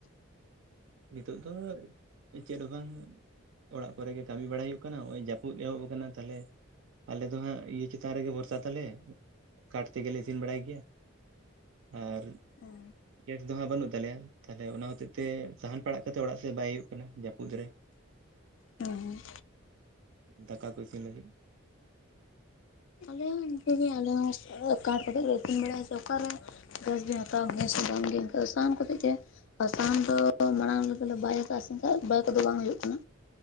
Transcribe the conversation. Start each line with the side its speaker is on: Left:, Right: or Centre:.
Right: ᱱᱤᱛᱚᱜ ᱫᱚ ᱪᱮᱫ ᱦᱚᱸ ᱵᱟᱝ ᱚᱲᱟᱜ ᱠᱚᱨᱮᱜ ᱜᱮ ᱠᱟᱹᱢᱤ ᱵᱟᱲᱟᱟᱭ ᱦᱩᱭᱩᱜ ᱠᱟᱱᱟ ᱱᱚᱜ ᱚᱭ ᱡᱟᱹᱯᱩᱫ ᱮᱦᱚᱵ ᱟᱠᱟᱱᱟ ᱛᱟᱦᱚᱞᱮ ᱟᱞᱮ ᱫᱚ ᱦᱟᱸᱜ ᱤᱭᱟᱹ ᱪᱮᱛᱟᱱ ᱨᱮᱜᱮ ᱵᱷᱚᱨᱥᱟ ᱛᱟᱞᱮ ᱠᱟᱴ ᱛᱮᱜᱮ ᱞᱮ ᱤᱥᱤᱱ ᱵᱟᱲᱟᱭ ᱜᱮᱭᱟ ᱟᱨ
Left: ᱦᱩᱸ
Right: ᱜᱮᱥ ᱫᱚᱦᱟᱸᱜ ᱵᱟᱹᱱᱩᱜ ᱛᱟᱞᱮᱭᱟ ᱛᱟᱦᱚᱞᱮ ᱚᱱᱟ ᱦᱚᱛᱮ ᱛᱮ ᱥᱟᱦᱟᱱ ᱯᱟᱲᱟᱜ ᱠᱟᱛᱮ ᱚᱲᱟᱜ ᱥᱮᱫ ᱵᱟᱭ ᱦᱩᱭᱩᱜ ᱠᱟᱱᱟ ᱡᱟᱹᱯᱩᱫ ᱨᱮ
Left: ᱦᱮᱸ ᱦᱮᱸ
Right: ᱫᱟᱠᱟ ᱠᱚ ᱤᱥᱤᱱ ᱞᱟᱹᱜᱤᱫ
Left: ᱟᱞᱮ ᱦᱚᱸ ᱤᱱᱠᱮ ᱟᱞᱮ ᱦᱚᱸ ᱠᱟᱹᱴ ᱛᱮᱜᱮ ᱞᱮ ᱤᱥᱤᱱ ᱵᱟᱲᱟᱭᱟ ᱥᱮ ᱚᱠᱟᱨᱮ ᱜᱮᱥ ᱵᱮᱱ ᱦᱟᱛᱟᱣ ᱠᱮᱭᱟ ᱥᱮ ᱵᱟᱝ ᱜᱮ ᱮᱱᱠᱷᱟᱱ ᱫᱚ ᱥᱟᱦᱟᱱ ᱠᱟᱛᱮ ᱜᱮ᱾ ᱟᱨᱥᱟᱦᱟᱱ ᱫᱚ ᱢᱟᱲᱟᱝ ᱞᱮᱠᱟ ᱞᱮ ᱵᱟᱭ ᱟᱠᱟᱫᱼᱟ ᱥᱮ ᱮᱱᱠᱷᱟᱡ ᱵᱟᱭ ᱠᱚᱫᱚ ᱵᱟᱭ ᱦᱩᱭᱩᱜ ᱠᱟᱱᱟ᱾